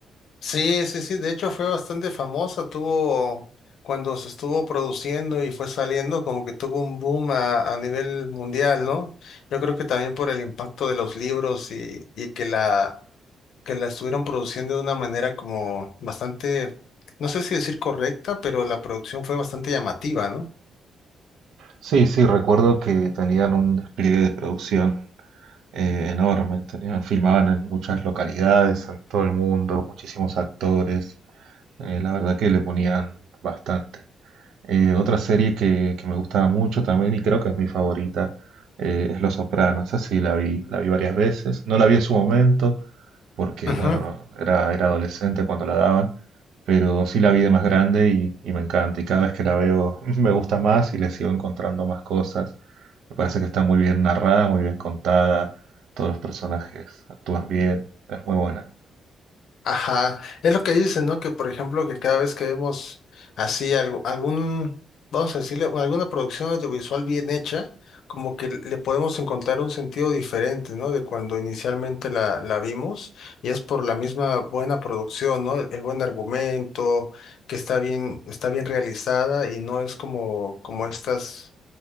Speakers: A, on the left; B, on the right.
A: Sí, sí, sí, de hecho fue bastante famosa, tuvo, cuando se estuvo produciendo y fue saliendo, como que tuvo un boom a, a nivel mundial, ¿no? Yo creo que también por el impacto de los libros y, y que la, que la estuvieron produciendo de una manera como bastante, no sé si decir correcta, pero la producción fue bastante llamativa, ¿no?
B: Sí, sí, recuerdo que tenían un despliegue de producción eh, enorme, tenían, filmaban en muchas localidades, en todo el mundo, muchísimos actores, eh, la verdad que le ponían bastante. Eh, otra serie que, que me gustaba mucho también y creo que es mi favorita eh, es Los Sopranos. Esa sí la vi, la vi varias veces. No la vi en su momento porque,
A: Ujú.
B: bueno, no, era, era adolescente cuando la daban, pero sí la vi de más grande y, y me encanta. Y cada vez que la veo <laughs> me gusta más y le sigo encontrando más cosas. Me parece que está muy bien narrada, muy bien contada. Todos los personajes actúan bien. Es muy buena.
A: Ajá, es lo que dicen, ¿no? Que por ejemplo, que cada vez que vemos así algo, algún, vamos a decirle, alguna producción audiovisual bien hecha, como que le podemos encontrar un sentido diferente, ¿no? De cuando inicialmente la, la vimos, y es por la misma buena producción, ¿no? El, el buen argumento, que está bien, está bien realizada y no es como, como estas,